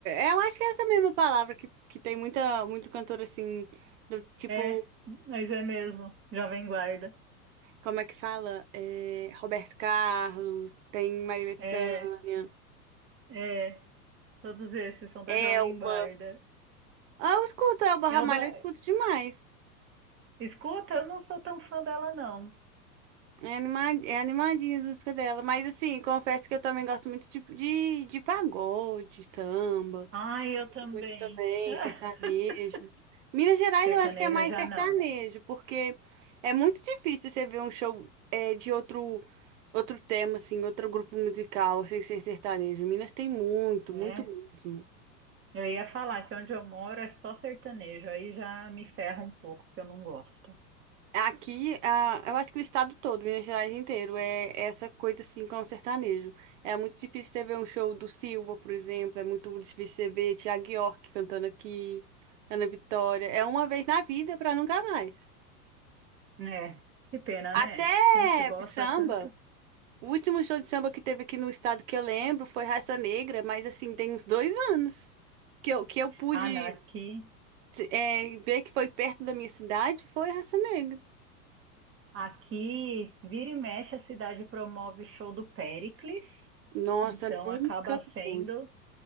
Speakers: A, on the right (about 50°); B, on the right (about 25°).
A: é, eu acho que é essa mesma palavra que, que tem muita, muito cantor assim, do tipo,
B: É, mas é mesmo, Jovem Guarda.
A: como é que fala? É, Roberto Carlos, tem Maria Bethânia,
B: É, é, todos esses são da
A: Elba.
B: Jovem Guarda.
A: Ah, eu escuto Elba Ramalho,
B: Elba,
A: eu escuto demais.
B: escuta, eu não sou tão fã dela, não.
A: É, anima, é animadinha as músicas dela. Mas assim, confesso que eu também gosto muito tipo de, de pagode, de samba.
B: Ai, eu também.
A: Muito também,
B: <laughs>
A: sertanejo. Minas Gerais
B: Sertanejo
A: eu acho que é mais
B: já
A: sertanejo,
B: não,
A: porque é muito difícil você ver um show é, de outro outro tema, assim, outro grupo musical sem ser sertanejo. Minas tem muito,
B: né?
A: muito mesmo.
B: Eu ia falar que onde eu moro é só sertanejo, aí já me ferra um pouco, porque eu não gosto.
A: Aqui, ah, eu acho que o estado todo, Minas Gerais inteiro, é é essa coisa assim com o sertanejo. É muito difícil você ver um show do Silva, por exemplo, é muito difícil você ver Tiago York cantando aqui, Ana Vitória. É uma vez na vida pra nunca mais.
B: É, que pena,
A: Até
B: né? A gente gosta
A: samba.
B: tanto.
A: O último show de samba que teve aqui no estado que eu lembro foi Raça Negra, mas assim, tem uns dois anos que eu, que eu pude
B: Ah, não, aqui,
A: é, ver que foi perto da minha cidade, foi Raça Negra.
B: aqui vira e mexe a cidade promove show do Péricles,
A: Nossa,
B: então
A: nunca
B: acaba sendo
A: fui.